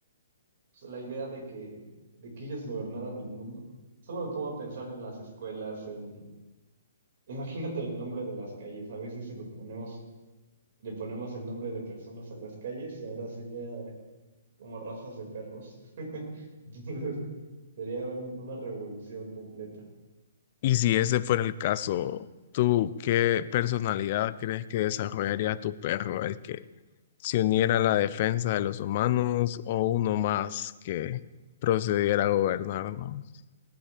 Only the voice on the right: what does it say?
pues, la idea de que, de que ellos gobernaran el mundo. Solo me pongo a pensar en las escuelas, en Imagínate el nombre de las calles. A veces se lo ponemos, le ponemos el nombre de personas a las calles y ahora sería como razas de perros. <laughs> Entonces sería un- una revolución completa.